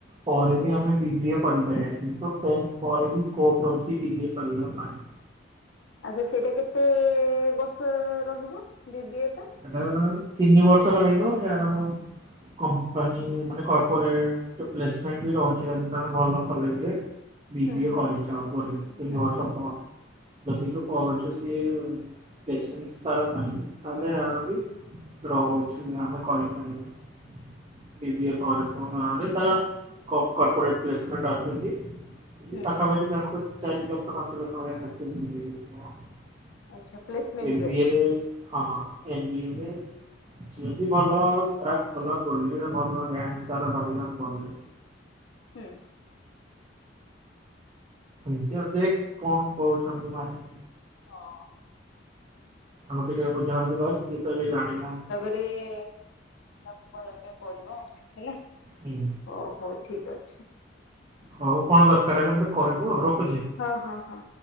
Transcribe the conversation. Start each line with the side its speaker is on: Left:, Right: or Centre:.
Right: ପରେ ବି ଆମେ ବିବିଏ କରିପାରିବା କିନ୍ତୁ ଟେନଥପରେ ବି ସ୍କୋପ ରହୁଚି ବିବିଏ କରିବା ପାଇଁ।
Left: ଆ ସେ ସେଇଟା କେତେ ବର୍ଷ ରହିବ ବିବିଏଟା?
Right: ହେଟା ହେଲା ତିନି ବର୍ଷ ରହିବ ୟାର କମ୍ପାନୀ ମାନେ କର୍ପୋରେଟ ପ୍ଲେସମେଣ୍ଟ ବି ରହୁଛି ଜଦି ତାଙ୍କ ଭଲ କଲେଜରେ। ବିବିଏ
Left: ହୁଁ ହୁଁ
Right: କରିଚ ବୋଲି ତିନିବର୍ଷ
Left: ହୁଁ
Right: ପରେ ଯଦି ଯୋ କହୁଚ ସିଏ ପେସନ୍ସ ତାର ନାହିଁ ତାହଲେ ଆ ଥାବି ରହୁଚି ଆମେ କରିପାରିବା। ବିବିଏ ପରେ ପରେ ତାର କପୋ କର୍ପୋରେଟ୍ ପେଲେସମେଣ୍ଟେ ଆସୁଚି। ସେ
Left: ହୁଁ।
Right: ପାଖାପାଖି ତାକୁ ଚାରି ଲକ୍ଷ ପାଞ୍ଚ ଲକ୍ଷ ଭଳିଆ ଚାକିରି ମିଳିଯାଉଚି।
Left: ଆଚ୍ଛା ପ୍ଲେସମେଣ୍ଟ
Right: ଏମ୍ ବି ଏ ରେ ହଁ ଏମ୍ ବି ଏ ରେ ଯିଏ ବି ଭଲ କ୍ରା କଲା ପରେ ଭଲ ଗ୍ୟାଙ୍ଗ ତାର ରହିଲା ପଲେ
Left: ହୁଁ।
Right: ନିଜ ଦେଖ କଣ କହୁଚନ୍ତି ମାଇଁ।
Left: ହଁ।
Right: ଆଉ ଟିକେ ବୁଝାବୁଝି କର ସିଏ ତ ଏବେ ଜାଣିନାହାନ୍ତି
Left: ଏ ତାବ କହିବା ପାଇଁ <inaudible> ପଡିବ ହେଲା।
Right: ହୁଁ।
Left: ଓ ହଉ ଠିକ୍ ଅଛି।
Right: ହଉ କଣ ଦରକାର ହେଲେ ମତେ କହିବ ରଖୁଚି।
Left: ହଁ ହଁ ହଁ।